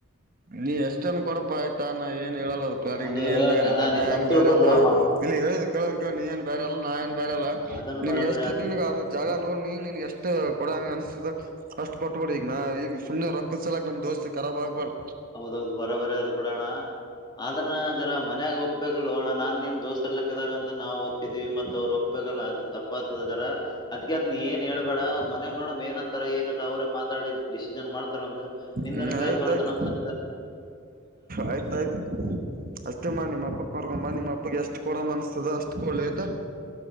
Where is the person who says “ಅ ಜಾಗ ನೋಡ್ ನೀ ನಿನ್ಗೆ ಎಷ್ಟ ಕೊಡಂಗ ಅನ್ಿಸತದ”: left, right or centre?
Right